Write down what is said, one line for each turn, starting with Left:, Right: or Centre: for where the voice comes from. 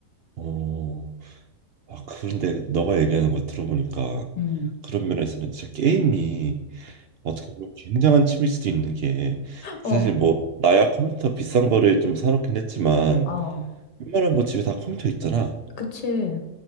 Right: 어. 아, 그런데 너가 얘기하는 거 들어보니까
Left: 음.
Right: 그런 면에서는 진짜 게임이 어떻게 보면 굉장한 취미일 수도 있는 게
Left: 어,
Right: 사실 뭐 나야 컴퓨터 비싼 거를 좀 사놓긴 했지만
Left: 어,
Right: 웬만한 뭐 집에 다 컴퓨터 있잖아.
Left: 그치.